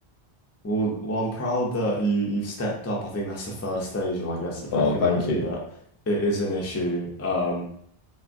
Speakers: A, on the left; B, on the left.
A: Well, well, I'm proud that you you've stepped up. I think that's the first stage of, I guess, of
B: Oh,
A: recognizing
B: thank you.
A: that it is an issue. Um,